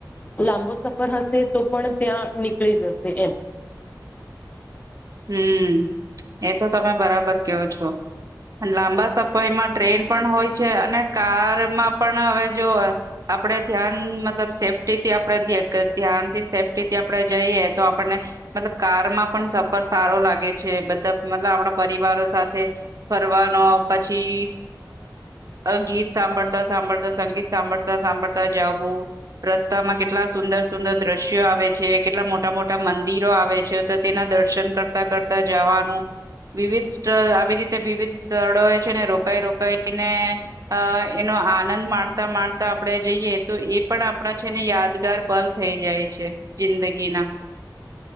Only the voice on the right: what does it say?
હમ એ તો તમે બરાબર કહો છો લાંબા સફાઈ માટે ટ્રેન પણ હોય છે અને કારમાં પણ હવે જો આપડે ધ્યાન મતલબ સેફ્ટી થી આપ પ્રતિ આપ ધ્યાન થી સેફ્ટીથી આપડે જઈએ તો આપણને મતલબ કારમાં પણ પર સારો લાગે છે બધા મતલબ આપણા પરિવારો સાથે ફરવાનો પછી અ ગીત સાંભળતા સાંભળતા સંગીત સાંભળતા સાંભળતા જું રસ્તામાં કેટલા સુંદર સુંદર દ્રશ્યો આવે છે કેટલા મોટા મોટા મોટા મંદિરો આવે છે તો તેના દર્શન કરતા કરતા જવાનું વિવિધ સ્થળ આવી રીતે વિવિધ સ્થળોએ છે ને રોકાઈ રોકાઈને અ એ નો આનંદ માણતા માણતા આપણે જઈએ તો એ પણ આપણા છે ને યાદગાર પલ થઈ જાય છે જિંદગીના